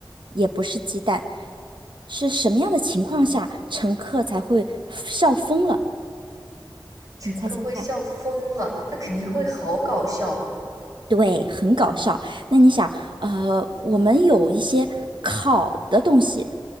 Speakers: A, on the right; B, on the right.
A: 也不是鸡蛋，是什么样的情况下乘客才会笑疯了？
B: 乘客会笑疯了，
A: 你猜猜看。
B: 那肯定会好搞笑。
A: 对，很搞笑。那你想，呃，我们有一些烤的东西